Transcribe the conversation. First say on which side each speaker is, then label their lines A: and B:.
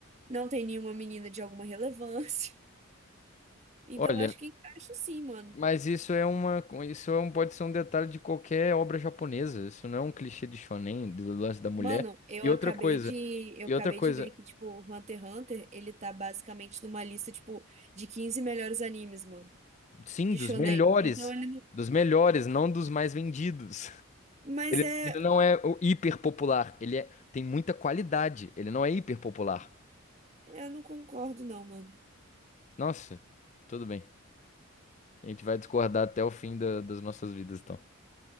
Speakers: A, on the right; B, on the left.
A: Não tem nenhuma menina de alguma relevância. <laughs> Então,
B: Olha,
A: eu acho que encaixa sim, mano.
B: mas isso é uma. Isso é um... pode ser um detalhe de qualquer obra japonesa. Isso não é um clichê de shonen, do lance da mulher.
A: Mano, eu
B: E
A: acabei
B: outra coisa.
A: de, eu
B: E
A: acabei
B: outra coisa.
A: de ver que, tipo, Hunter x Hunter, ele tá basicamente numa lista, tipo, de 15 melhores animes, mano,
B: Sim,
A: de
B: dos
A: shonen.
B: melhores.
A: Então ele não...
B: Dos melhores, não dos mais vendidos. <laughs>
A: Mas
B: Ele,
A: é...
B: ele não é o hiper popular. Ele é... tem muita qualidade. Ele não é hiper popular.
A: Eu não concordo, não, mano.
B: Nossa, tudo bem. A gente vai discordar até o fim da- das nossas vidas, então.